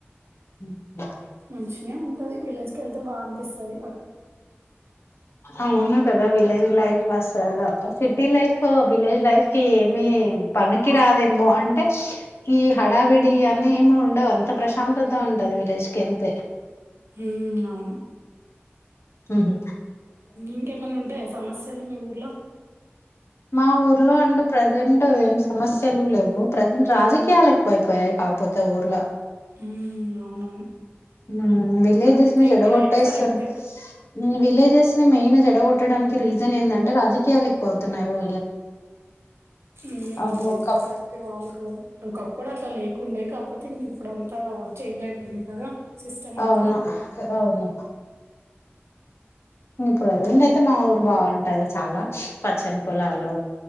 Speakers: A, on the left; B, on the right.
A: ల్చా
B: మంచినే ఉంటది, విలేజ్కి వెళ్తే బాగా అనిపిస్తది.
A: అవును కదా, విలేజ్ లైఫ్ అస్సలా సిటీ లైఫ్, విలేజ్ లైఫ్ ఏమి పనికి రాదేమో, అంటే ఈ హడావిడి అని ఏమి ఉండవు అంత ప్రశాంతత ఉంటది విలేజ్కి వెళ్తే.
B: మ్ అవును.
A: మ్ హు
B: ఇంకేమన్న ఉంటాయా సమస్యలు మీ ఊర్లో.
A: మా ఊర్లో అంటూ ప్రజెంట్ ఏం సమస్యలు లేవు, ప్రజెంట్ రాజకీయాలు ఎక్కువై పోయ కాపోతే ఊర్ల.
B: మ్ అవునవును.
A: మ్ విలేజెస్ని
B: అదైతే
A: చెడకొట్టేస్తరు,
B: ఎక్కడైనా కరెక్టే
A: ఇన్ విలేజెస్ మెయిన్గా జెడగొట్టడానికి రీజన్ ఏందంటే రాజకీయాల ఎక్కువైతున్నాయి ఊ
B: మ్
A: అవి
B: అదైతే
A: ఒక
B: కరెక్టే వాల్కో ఒకప్పుడు అట్లా లేకుండే కాకపోతే ఇంగ ఇప్పుడు అంతా చేంజ్ అయిపోయింది, కదా. సిస్టమ్
A: అవునా,
B: అంతా
A: అవును. మ్ ప్రెజెంట్ అయితే మా ఊరు బాగుంటది చాలా పచ్చని పొలాల్లో.